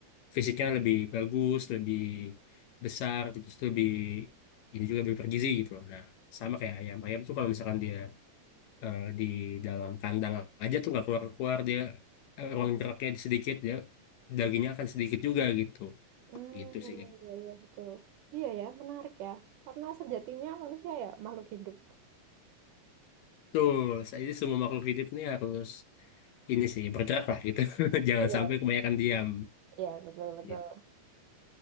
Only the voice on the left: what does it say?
fisiknya lebih bagus, lebih besar gitu, terus lebih ini juga lebih bergizi gitu. loh. Nah, sama kayak ayam. Ayam tuh kalau misalkan dia eh, di dalam kandang aja tuh nggak keluar-keluar dia eh, ruang geraknya sedikit dia dagingnya akan sedikit juga gitu
gitu sih Kak.
Betul, saya ini semua makhluk hidup nih harus ini sih bergerak lah gitu. <laughs> Jangan
sampai kebanyakan diam
gitu.